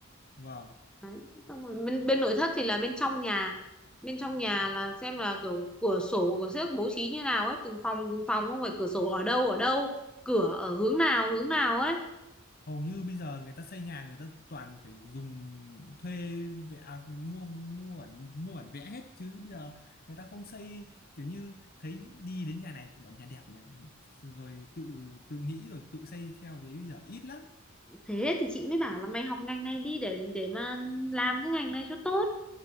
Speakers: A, on the left; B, in the centre.
A: vâng
B: đấy. xong rồi bên bên nội thất thì là bên trong nhà bên trong nhà là xem là kiểu cửa sổ của xếp bố trí như nào ấy từng phòng từng phòng không phải cửa sổ ở đâu ở đâu cửa ở hướng nào hướng nào ấy
A: hầu như bây giờ người ta xây nhà người ta toàn phải dùng thuê vẽ à, mua mua bản mua bản vẽ hết chứ bây giờ người ta không xây kiểu như thấy đi đến nhà này bọn nhà đẹp này rồi tự tự nghĩ rồi tự xây theo thế bây giờ ít lắm
B: thế thì chị mới bảo là mày học ngành này đi để để mà làm cái ngành này cho tốt